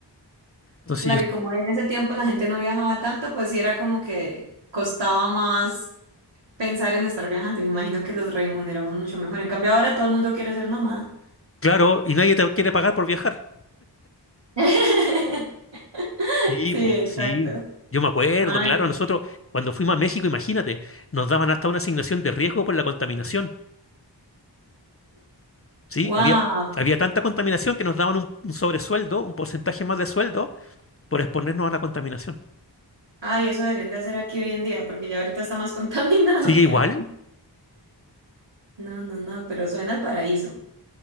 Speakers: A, on the left (about 30°); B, on the right (about 85°).
A: Entonces
B: Claro,
A: yo,
B: y como en ese tiempo la gente no viajaba tanto, pues sí era como que costaba más pensar en estar viajando. Me imagino que los remuneraban mucho mejor. En cambio, ahora todo el mundo quiere ser nómada.
A: claro, y nadie te quiere pagar por viajar.
B: <laughs>
A: Sí,
B: Sí,
A: pues,
B: exacto.
A: sí. Yo me acuerdo,
B: Ay,
A: claro, nosotros cuando fuimos a México, imagínate, nos daban hasta una asignación de riesgo por la contaminación. Sí,
B: wow.
A: había, había tanta contaminación que nos daban un, un sobresueldo, un porcentaje más de sueldo por exponernos a la contaminación.
B: Ay, eso deberían de hacer aquí hoy en día, porque ya ahorita está más <laughs> contaminado
A: ¿Sigue
B: que
A: igual?
B: antes. No, no, no, pero suena al paraíso.